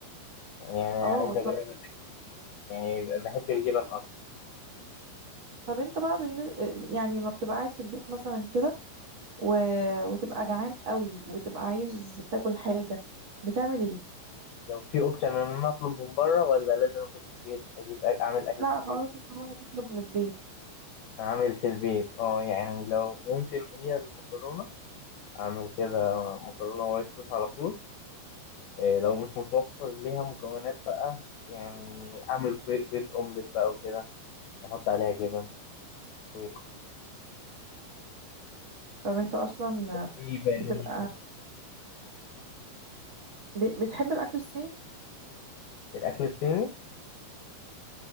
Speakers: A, on the left; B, on the right.
A: يعني عايز
B: اه
A: اجرب
B: طب
A: الزك- يعني بحب الجبن اصلا
B: طب انت بقى بالن... يعني لما بتبقى قاعد في البيت مثلا كده و... وتبقى جعان قوي وتبقى عايز تاكل حاجة بتعمل ايه؟
A: لو في اوبشن ان انا اطلب من بره ولا لازم اكل في البيت اجيب أ- اعمل اكل
B: لا
A: في البيت
B: خلاص انت بقى تطلب من البيت
A: اعمل في البيت اه يعني لو ممكن هي المكرونه اعمل كده مكرونه وايت صوص على طول إيه لو مش متوفر ليها مكونات بقى يعني اعمل بي- بيض اومليت بقى وكده واحط عليها جبن ويكون
B: طب انت اصلا
A: في بانيه
B: بتبقى ب- بتحب الاكل الصيني
A: الأكل الصيني